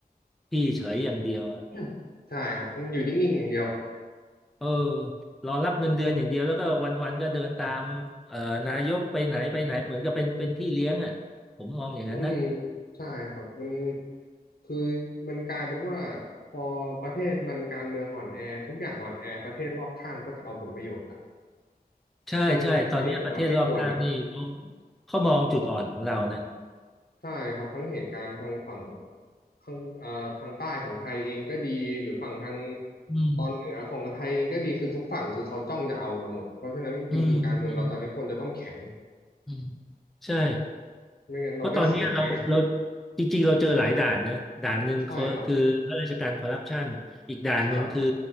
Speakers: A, in the centre; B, on the left (about 70°).
A: พี่เฉยอย่างเดียว
B: <coughs> ใช่ครับอยู่นิ่งๆอย่างเดียว
A: เออรอรับเงินเดือนอย่างเดียวแล้วก็วันๆก็เดินตามเอ่อนายกไปไหนไปไหนเหมือนกับเป็นเป็นพี่เลี้ยงอ่ะผมมองอย่างนั้นนะ
B: อืมใช่ครับมันคือมันกลายเป็นว่าพอประเทศมันการเมืองอ่อนแอทุกอย่างอ่อนแอประเทศรอบข้างก็จะเอาผลประโยชน์ละ
A: ใช่ใช่ตอนเนี้ยประเทศรอบข้างนี่เขา
B: ซึ่งอันนี้ผมว่าไม่ควรนะ
A: เขามองจุดอ่อนของเรานะ
B: ใช่ครับทั้งเหตุการณ์ทางฝั่งข้างเอ่อทางใต้ของไทยเองก็ดีหรือฝั่งทาง
A: อืม
B: ตอนเหนือของไทยเองก็ดีคือทุกฝั่งคือเขาจ้องจะเอาเราหมดเพราะฉะนั้นจริงๆการเมืองเราตอนนี้ควรจะต้องแข็ง
A: อืมอืมอืมใช่
B: ไม่งั้นเราได้เสียแน่
A: เพราะตอนเนี้ยเราเราจริงๆเราเจอหลายด่านนะด่านหนึ่งคือคือข้าราชการคอร์รัปชันอีกด่านหนึ่งคือ
B: ใช่ครับครับ